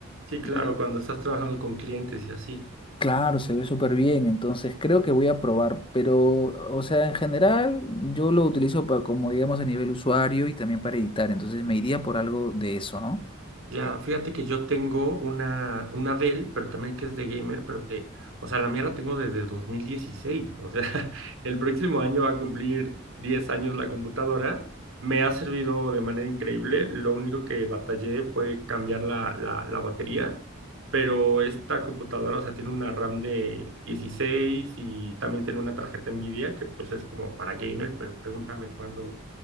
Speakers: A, on the right; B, on the left.
A: Sí, claro,
B: Y
A: cuando estás trabajando con clientes y así.
B: claro, se ve súper bien, entonces creo que voy a probar, pero, o sea, en general yo lo utilizo para, como digamos, a nivel usuario y también para editar, entonces me iría por algo de eso, ¿no?
A: Ya, fíjate que yo tengo una, una Dell, pero también que es de gamer, pero te, o sea, la mía la tengo desde 2016. O sea, <laughs> el próximo año va a cumplir 10 años la computadora. Me ha servido de manera increíble. Lo único que batallé fue cambiar la, la, la batería, pero esta computadora, o sea, tiene una RAM de 16 y también tiene una tarjeta NVIDIA, que pues es como para gamer, pero pregúntame cuándo